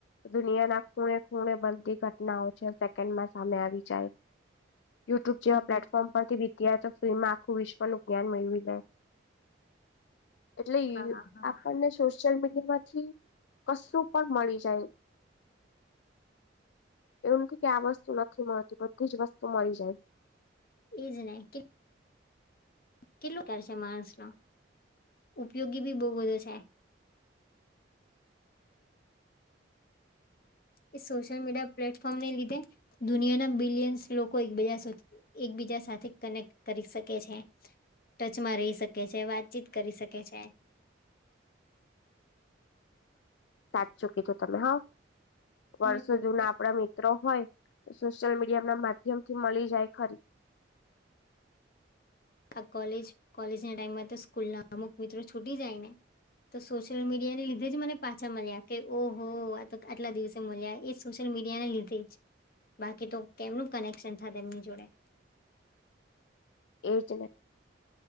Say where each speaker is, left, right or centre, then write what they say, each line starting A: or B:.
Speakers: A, on the left; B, on the left.
A: દુનિયા ના ખૂણે ખૂણે બનતી ઘટનાઓ છે સેકન્ડમાં સામે આવી જાય યુટ્યુબ
B: હા
A: જેવા પ્લેટફોર્મ
B: હમ,
A: પરથી બીતીાય તો ફ્રીમાં આખું વિશ્વનું જ્ઞાન મેળવી લે એટલે
B: હા હા
A: આપણને સોશિયલ મીડિયા માંથી કશું પણ મળી જાય એવું નથી કે આ વસ્તુ નથી મળતું બધી જ વસ્તુ મળી જાય
B: એઈજ નહ કે કેટલું ખ છે માણસ નો ઉપયોગી બી બહુ બધો છે. એ સોશિયલ મીડિયા પ્લેટફોર્મ ને લીધે દુનિયા ના બિલિયન્સ લોકો એકબજા એકબીજા સાથે કનેક્ટ કરી શકે છે. ટચમાં રહી શકે છે વાતચીત કરી શકે છે.
A: સાચૂ કીધું તમે હા વર્ષો
B: હમ
A: જૂના
B: એ-
A: આપડા મિત્રો હોય તો સોશિયલ મીડિયા ના માધ્યમ થી મળી જાય ખરી
B: આ કોલેજ કોલેજ ના ટાઈમમાં તો સ્કૂલ ના અમુક મિત્રો છૂટી જાય ને તો સોશિયલ મીડિયા ને લીધે જ મને પાછા મળ્યા કે ઓહ આ આટલા દિવસે મળ્યા એજ સોશિયલ મીડિયાને લીધે જ બાકી તો કેમનું કનેક્શન થ એમની જોડે
A: એજને